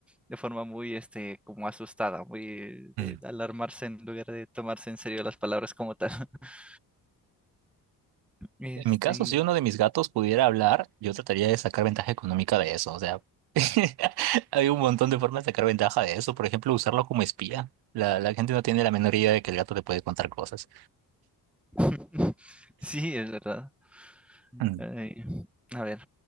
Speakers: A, in the centre; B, on the right (about 80°).
A: de forma muy, este, como asustada, muy de
B: "Mm".
A: alarmarse en lugar de tomarse en serio las palabras como tal. <laughs> Este,
B: En mi caso, si uno de mis gatos pudiera hablar, yo trataría de sacar ventaja económica de eso. O sea, <laughs> hay un montón de formas de sacar ventaja de eso. Por ejemplo, usarlo como espía. La, la gente no tiene la menor idea de que el gato te puede contar cosas.
A: <laughs> sí, es verdad.
B: Mm,
A: Ay, a ver,